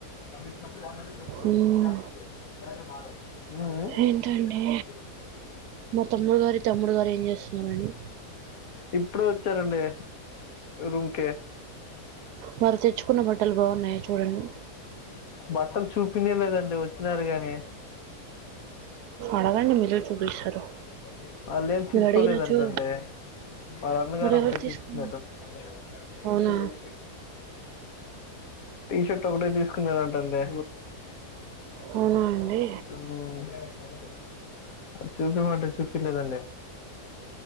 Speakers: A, on the left; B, on the right.
A: కంీషన్ప్పుడు
B: మ్మ్.
A: చ వే మా ఉ ఉ
B: ఏంటండి మా తమ్ముడు గారి తమ్ముడు గారు ఏం చేస్తున్నారండి
A: ఇప్పుడే వచ్చారండి రూమ్కే
B: వారు తెచ్చుకున్న బట్టలు బాగున్నాయా చూడండి
A: బట్టలు చూపించ లేదండి వచ్చినారు కాగాని
B: అడగండి మీరు చూపిస్తారు
A: ఇ వాళ్ళు ఏం
B: మీరు
A: తీసుకోలేదంట
B: అడిగినచో
A: అండి వాళ్ళ అన్నగారు
B: మరి
A: ఒకటే
B: ఎవరు తీసుకున్నారు
A: తీసుకున్నారట గ్రీన్
B: అవునా
A: షర్ట్ ఒకటే టీ షర్ట్ ఒకటే తీసుకున్నానంరాట అండి
B: అవునా అండి
A: ఉం చూపియమంటే చూపిలేదండి